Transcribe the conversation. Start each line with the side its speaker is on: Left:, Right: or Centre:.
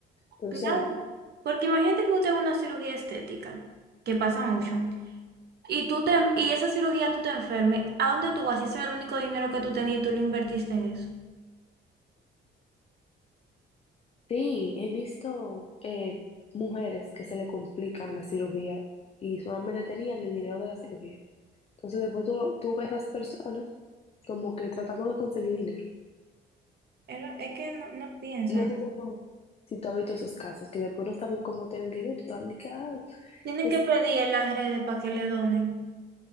Left: Entonces,
Right: Claro. Porque imagínate que tú te hagas una cirugía estética, que pasa mucho, y tú te, y esa cirugía tú te enfermes, ¿a dónde tú vas? Si ese era el único dinero que tú tenías y tú lo invertiste en eso.
Left: sí, he visto eh, mujeres que se le complican la cirugía y solamente tenían el dinero de la cirugía. Entonces, después tú, tú ves a esas personas como que tratando de conseguir dinero.
Right: Era- Es que no, no piensa
Left: No sé si tú, si tú has visto esos casos, que después no saben cómo tener el dinero y te van a decir, ay,
Right: Tienen
Left: necesito-
Right: que pedir en las redes para que le donen.